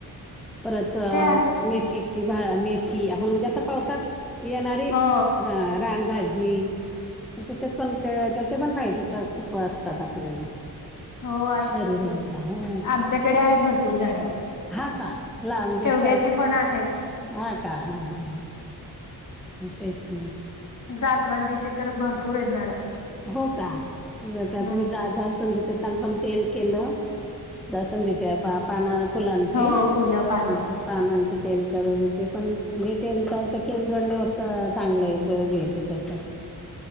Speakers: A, in the centre; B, on the left.
A: परत
B: ते आहेत
A: मेथीची
B: की
A: मेथी आपण म्हणजे आता पावसात येणारी
B: हो
A: अ रानभजी त्याच्यात पण त्या त्याच्या पण फायद्याच खूप असतात आपल्याला
B: हो असं
A: शरीराला
B: त
A: हा
B: आमच्याकडे आहेत भरपूर झाडं
A: हा का ला म्हणजे
B: शेवग्याची
A: स
B: पण आहेत
A: हा का हा हा होतच ना
B: जासवंदीचे तर भरपूर आहेत झाडं
A: हो काे
B: हम्म
A: मी जा जास्त संधी काल पण तेल केलं दसण तच्या पा पाना फुलांची
B: हो फुलं पानं.
A: ह पानांचे तेल कर ते पण म्हणजे तेल केस गडण्यावर तर चांगलं आहे उपयोगी येते त्याचा